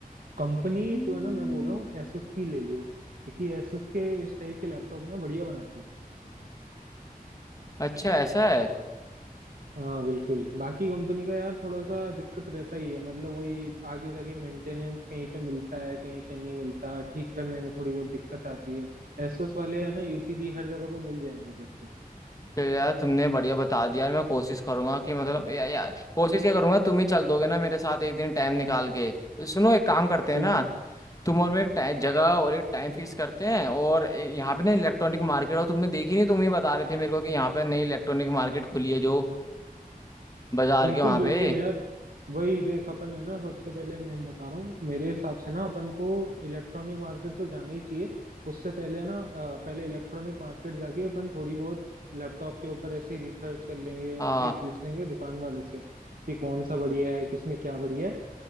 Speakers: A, on the right (about 65°); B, on the left (about 20°).
A: कंपनी
B: हम्म,
A: तो है ना मैं बोल रहा हूँ एसोस की ले लियो क्योंकि एसोस के इस टाइप के लैपटॉप ना बढ़िया बनाती है
B: अच्छा ऐसा है
A: हाँ बिल्कुल बाकी कंपनी का यार थोड़ा सा दिक्कत रहता ही है मतलब वही आगे जाके मेंटेनेंस कहीं पे मिलता है कहीं पे नहीं मिलता ठीक करने में थोड़ी बहुत दिक्कत आती है एसोस वाले है ना इजीली हर जगह पे मिल जाएंगे तेरे
B: चल यार तुमने बढ़िया बता दिया यार मैं कोशिश करूंगा कि मतलब या, या कोशिश क्या करूंगा तुम ही चल दोगे ना मेरे साथ एक दिन टाइम निकाल के सुनो एक काम करते हैं
A: को
B: ना तुम और मैं एक टाइम जगह और एक टाइम फिक्स करते हैं और ए- यहाँ पे ना इलेक्ट्रॉनिक मार्केट और तुमने देखी नहीं तुम ही बता रहे थे मेरे को कि यहाँ पे नई इलेक्ट्रॉनिक मार्केट खुली है जो बाजार
A: बिल्कुल
B: के वहाँ
A: बिल्कुल
B: पे
A: यार वही देख अपन है ना सबसे पहले मैं बता रहा हूँ मेरे हिसाब से ना अपन को इलेक्ट्रॉनिक मार्केट तो जाना ही चाहिए उससे पहले ना अ, पहले इलेक्ट्रॉनिक मार्केट जाके अपन थोड़ी बहुत लैपटॉप के ऊपर ऐसे ही रिसर्च कर लेंगे उनसे
B: हाँ
A: ही पूछ लेंगे दुकान वालों से कि कौन सा बढ़िया है किसमें क्या बढ़िया है